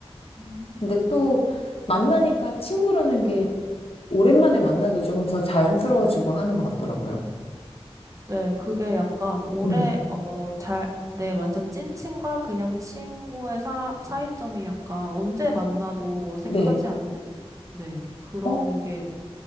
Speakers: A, on the right (about 30°); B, on the left (about 65°).
A: 음.
B: 근데 또 만나니까 친구라는 게 오랜만에 만나도 조금 더 자연스러워지고 하는 것 같더라고요.
A: 네, 그게 약간 올해,
B: 음.
A: 어, 잘, 네, 완전 찐친과 그냥 친구의 사, 차이점이 약간 언제 만나도 어색하지
B: 네.
A: 않는? 네, 그런
B: 어?
A: 게